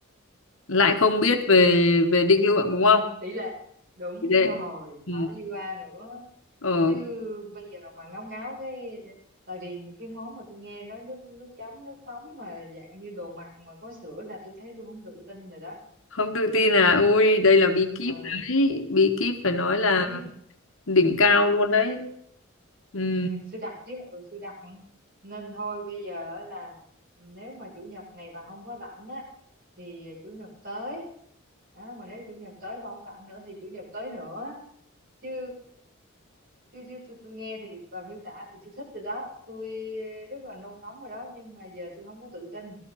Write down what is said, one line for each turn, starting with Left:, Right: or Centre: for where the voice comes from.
Left: lại không biết về về định lượng đúng không
Right: tỷ lệ đúng
Left: đấy
Right: rồi
Left: ừ.
Right: phải đi qua nữa
Left: ờ,
Right: chứ bây giờ mà ngáo ngáo cái tại vì cái món mà tôi nghe nó nước nước chấm nước mắm mà dạng như đồ mặn mà có sữa là tôi thấy tôi không tự tin rồi đó
Left: không tự tin là ui đây là bí kíp
Right: ờ
Left: đấy bí kíp phải nói là
Right: biết chứ.
Left: đỉnh cao luôn đấy ừ.
Right: Ừ, sư đặt chứ ừ sư đặt Ừ. nên thôi bây giờ á là nếu mà chủ nhật này bà không có rảnh á thì chủ nhật tới đó mà nếu chủ nhật tới bà không rảnh nữa thì chủ nhật tới nữa chứ chứ, chứ tôi, tôi nghe thì bà miêu tả thì tôi thích rồi đó tôi rất là nôn nóng rồi đó nhưng mà giờ tôi không có tự tin